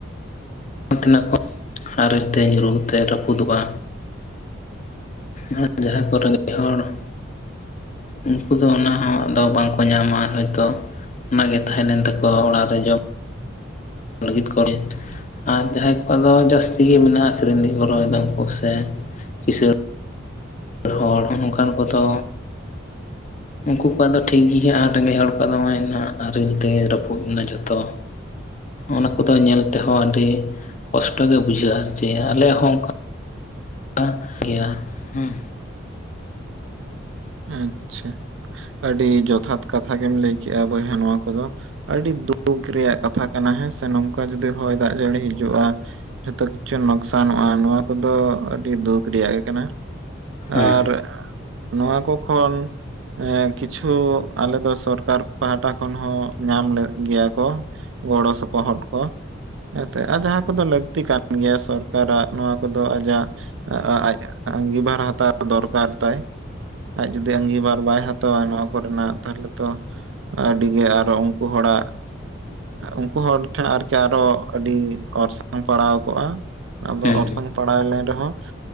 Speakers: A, on the left; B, on the right.
A: ᱛᱤᱱᱟᱜᱹᱜ ᱠᱚ ᱟᱨᱮ ᱛᱮ ᱧᱩᱨᱩ ᱛᱮ ᱨᱟᱯᱩᱫᱚᱜᱼᱟ᱾ ᱟ ᱡᱟᱦᱟᱸ ᱠᱚᱨᱮ ᱦᱚᱲ ᱩᱱᱠᱩ ᱫᱚ ᱚᱱᱟ ᱦᱚᱸ ᱟᱫᱚ ᱵᱟᱝ ᱠᱚ ᱧᱟᱢᱟ, ᱦᱚᱭᱼᱛᱳ ᱚᱱᱟ ᱜᱮ ᱛᱟᱦᱮᱸ ᱞᱮᱱ ᱛᱟᱠᱚ ᱚᱲᱟᱜ ᱨᱮ ᱡᱚᱢ ᱞᱟᱹᱜᱤᱫ ᱠᱚᱞ ᱟᱨ ᱡᱟᱦᱟᱸᱭ ᱠᱚᱣᱟᱜ ᱫᱚ ᱡᱟᱹᱥᱛᱤ ᱜᱮ ᱢᱮᱱᱟᱜᱼᱟ, ᱨᱮᱜᱮᱡ ᱜᱚᱨᱚᱭ ᱫᱚ ᱠᱚ ᱥᱮ ᱠᱤᱥᱟᱹᱬ ᱦᱚᱲ ᱦᱚᱸ ᱚᱱᱠᱟᱱ ᱠᱚ ᱫᱚ ᱩᱱᱠᱩ ᱠᱚᱣᱟᱜ ᱫᱚ ᱴᱷᱤᱠ ᱜᱮᱭᱟ, ᱟᱨ ᱛᱮᱸᱜᱚᱡ ᱦᱚᱲ ᱠᱚᱣᱟᱜ ᱫᱚ ᱱᱚᱜᱼᱚᱭ ᱟᱨᱮᱞ ᱛᱮ ᱨᱟᱹᱯᱩᱫ ᱮᱱᱟ ᱡᱷᱚᱛᱚ᱾ ᱚᱱᱟ ᱠᱚ ᱫᱚ ᱧᱮᱞ ᱛᱮᱦᱚᱸ ᱟᱹᱰᱤ ᱠᱚᱥᱴᱚ ᱜᱮ ᱵᱩᱡᱷᱟᱹᱜᱼᱟ, ᱪᱮ ᱟᱞᱮ ᱦᱚᱸ ᱚᱱᱠᱟ ᱜᱮᱭᱟ ᱦᱚᱸ
B: ᱟᱪᱪᱷᱟ, ᱟᱹᱰᱤ ᱡᱚᱛᱷᱟᱛ ᱠᱟᱛᱷᱟ ᱜᱮᱢ ᱞᱟᱹᱭ ᱠᱮᱼᱟ᱾ ᱵᱚᱭᱦᱟ ᱱᱚᱣᱟ ᱠᱚᱫᱚ ᱟᱹᱰᱤ ᱫᱩᱠ ᱨᱮᱭᱟᱜ ᱠᱟᱛᱷᱟ ᱠᱟᱱᱟ, ᱦᱮᱸ ᱥᱮ᱾ ᱱᱚᱝᱠᱟ ᱡᱩᱫᱤ ᱦᱚᱭ ᱫᱟᱜ ᱡᱟᱹᱲᱤ ᱦᱤᱡᱩᱜᱼᱟ᱾ ᱡᱷᱚᱛᱚ ᱠᱤᱪᱷᱩ ᱱᱚᱠᱥᱟᱱᱚᱜᱼᱟ᱾ ᱱᱚᱣᱟ ᱠᱚᱫᱚ ᱟᱹᱰᱤ ᱫᱩᱠ ᱨᱮᱭᱟᱜ ᱜᱮ ᱠᱟᱱᱟ᱾
A: ᱦᱮᱸ
B: ᱟᱨ ᱱᱚᱣᱟ ᱠᱚ ᱠᱷᱚᱱ ᱮᱸ ᱠᱤᱪᱷᱩ ᱟᱞᱮ ᱫᱚ ᱥᱚᱨᱠᱟᱨ ᱯᱟᱦᱴᱟ ᱠᱷᱚᱱ ᱦᱚᱸ ᱧᱟᱢ ᱞᱮᱜ ᱜᱮᱭᱟ ᱠᱚ, ᱜᱚᱲᱚ ᱥᱚᱯᱚᱦᱚᱫᱽ ᱠᱚ, ᱦᱮᱸᱥᱮ ᱟᱨ ᱡᱟᱦᱟᱸ ᱠᱚᱫᱚ ᱞᱟᱹᱠᱛᱤ ᱠᱟᱱ ᱜᱮᱭᱟ, ᱥᱚᱨᱠᱟᱨᱟᱜ ᱱᱚᱣᱟ ᱠᱚᱫᱚ ᱟᱡᱟᱜ ᱟ ᱟ ᱟᱡᱽ ᱟᱺᱜᱤᱵᱷᱟᱨ ᱦᱟᱛᱟᱣ ᱫᱚᱨᱠᱟᱨ ᱛᱟᱭ, ᱟᱡ ᱡᱩᱫᱤ ᱟᱺᱜᱤᱵᱟᱨ ᱵᱟᱭ ᱦᱟᱛᱟᱣᱟ ᱱᱚᱣᱟ ᱠᱚᱨᱮᱱᱟᱜ ᱛᱟᱦᱞᱮ ᱛᱚ ᱟᱹᱰᱤᱜᱮ ᱟᱨᱚ ᱩᱱᱠᱩ ᱦᱚᱲᱟᱜ ᱩᱱᱠᱚ ᱦᱚᱲ ᱴᱷᱮᱸᱱ ᱟᱨᱠᱤ ᱟᱨᱚ ᱟᱹᱰᱤ ᱚᱨᱥᱚᱝ ᱯᱟᱲᱟᱣ ᱠᱚᱜ-ᱟ, ᱟᱫᱚ
A: ᱦᱮᱸ
B: ᱚᱨᱥᱚᱝ ᱯᱟᱲᱟᱣ ᱞᱮᱱ ᱨᱮᱦᱚᱸ